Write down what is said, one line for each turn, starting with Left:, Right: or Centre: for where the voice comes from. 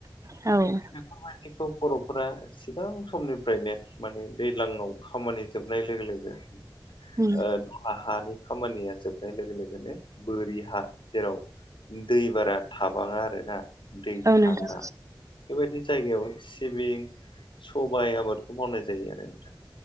Right: औ
Left: खामानिखौ बर'फोरा सिगां समनिफ्रायनो माने दैज्लांयाव खामानि जोबनाय लोगो लोगो
Right: उम
Left: ओ दहा हानि खामानिया जोबनाय लोगो लोगोनो बोरि हा जेराव दै बारा थाबाङा आरोना दै
Right: औ
Left: थाङा
Right: नोंथां
Left: बेबायदि जायगायाव सिबिं सबाइ आबादखौ मावनाय जायो आरो नोंथां